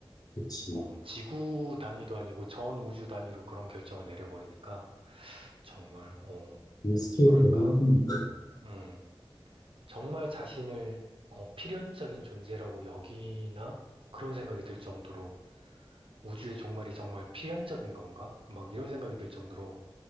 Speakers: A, on the left (about 40°); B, on the right (about 70°).
A: 그렇지.
B: 어, 지구 단위도 아니고 전 우주 단위로 그런 결정을 내려버리니까 정말 어,
A: 이거 스케일이
B: 뭐랄까,
A: 대단하군. <laughs>
B: 음, 정말 자신을 어, 필연적인 존재라고 여기나 그런 생각이 들 정도로 우주의 종말이 정말 필연적인 건가? 막 이런 생각이 들 정도로